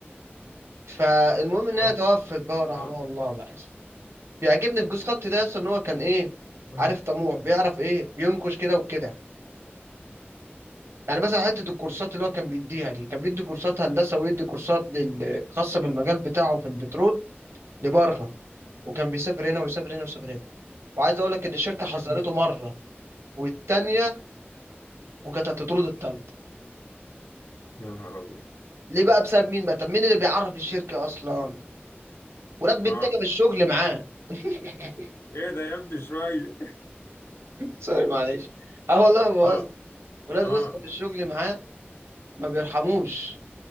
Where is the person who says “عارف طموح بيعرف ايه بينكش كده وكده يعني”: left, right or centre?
Right